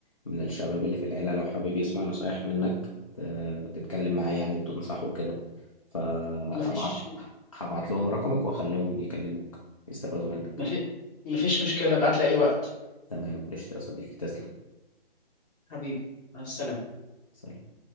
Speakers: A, on the left (about 35°); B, on the left (about 20°).
A: من الشباب اللي في العيلة لو حابب يسمع نصايح منك ت- تتكلم معاه يعني وتنصحه كده فهبعت
B: مفيش
A: هبعت لهم رقمك واخليهم يكلموك يستفادوا منك
B: مفي- مفيش مشكلة بعت لي أي وقت
A: تمام قشطة يا صديقي تسلم
B: حبيبي مع السلامة
A: سلام